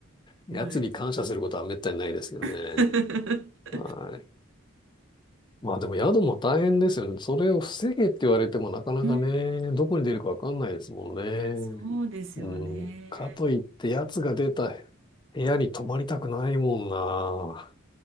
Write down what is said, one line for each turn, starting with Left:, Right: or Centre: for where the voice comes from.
Left: 奴に感謝することはめったにないですよね。
Right: はい。<laughs>
Left: はい。まあでも宿も大変ですよね。それを防げって言われてもなかなかね、
Right: うん
Left: どこに出るかわかんないですもんね。
Right: そうですよね。
Left: うん。かといって奴が出た部屋に泊まりたくないもんな。